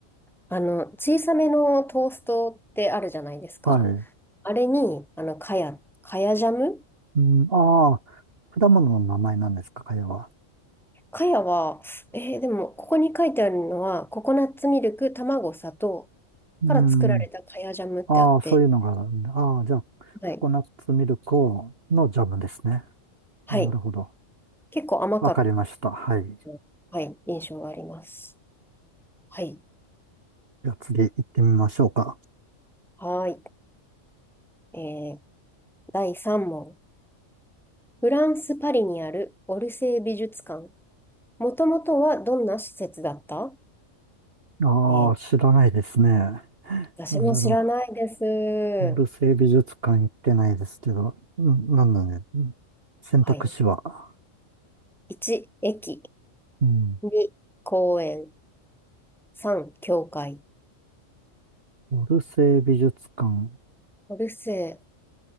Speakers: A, in the centre; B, on the right (about 50°).
A: あの、小さめのトーストってあるじゃないですか。
B: はい。
A: あれに、あの、カヤ、カヤジャム
B: うん、ああ、果物の名前なんですか、かやは。
A: かやは、えーでも、ここに書いてあるのは、ココナッツミルク、卵、砂糖
B: うん。
A: から作られたかやジャムってあって、
B: ああ、そういうのがあるんだ。ああ、じゃあ、
A: はい。
B: ココナッツミルクをのジャムですね。
A: はい。
B: あ、なるほど。
A: 結構甘かっ
B: わかりました。はい。
A: た、はい、印象があります。はい。
B: じゃあ次行ってみましょうか。
A: はーい。えー第3問。フランス・パリにあるオルセー美術館。もともとはどんな施設だった
B: ああ、
A: えー
B: 知らないですね。
A: 私も知らないです。
B: なんだろう。オルセイ美術館行ってないですけど、うん、なんだね。うん選択肢は。
A: はい。1、駅。
B: うん。
A: 2、公園。3、教会。
B: オルセイ美術館。
A: オルセー